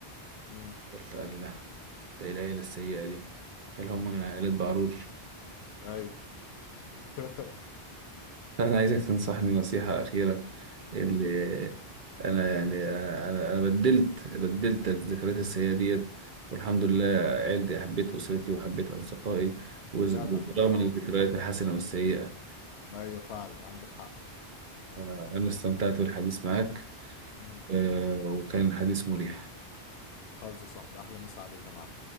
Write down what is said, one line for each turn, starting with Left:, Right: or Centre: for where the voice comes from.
Left: امم
Right: قلت الله ده إيه العيله السيئه دي هل هم من عائلات بعرور
Left: ايوه <laughs>
Right: فأنا عايزك تنصحني نصيحة أخيرة اللي
Left: امم
Right: أنا يعني أنا أنا بدلت بدلت الذكريات السيئة ديت والحمد لله
Left: أمم.
Right: عيلتي حبيت أسرتي وحبيت أصدقائي وز-
Left: جدع
Right: برغم
Left: جدع
Right: الذكريات
Left: والله
Right: الحسنة والسيئة
Left: ايوه فعلا عندك حق
Right: أنا استمتعت بالحديث معك
Left: امم
Right: آه، وكان الحديث مريح
Left: خالص يا صاحبي احلى مسا عليك يا معلم